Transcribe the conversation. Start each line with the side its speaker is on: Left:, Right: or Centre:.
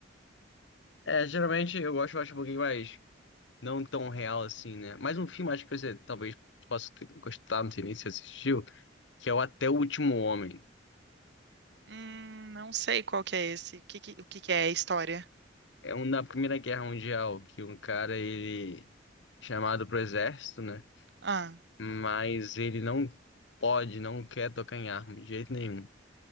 Left: É, geralmente eu gosto, eu acho um pouquinho mais não tão real assim, né? Mas um filme acho que você talvez possa ter- gostar, não sei nem se assistiu, que é o Até o Último Homem.
Right: Hum, não sei qual que é esse, o que, que- o que que é a história?
Left: É um da Primeira Guerra Mundial, que um cara, ele é chamado pro exército, né?
Right: Ah,
Left: Mas ele não pode, não quer tocar em arma de jeito nenhum.